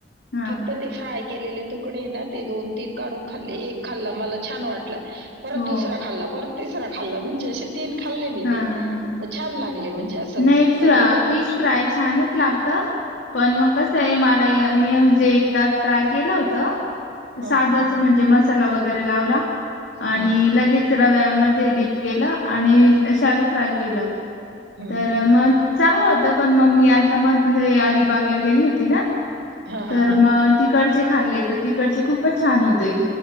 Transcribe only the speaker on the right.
फक्त ते फ्राय केलेले तुकडे ना ते दोन तीन काढून खाल्ले. एक खाल्ला मला छान वाट ला. परत
दुसऱ्या खाल्ला, परत तिसरा खाल्ला म्हणजे असे तीन खाल्ले मी
ते
छान लागले म्हणजे असं
कधी
नाही म्हण.
हम्म
हम्म
हम्म
हां, हां,
हां.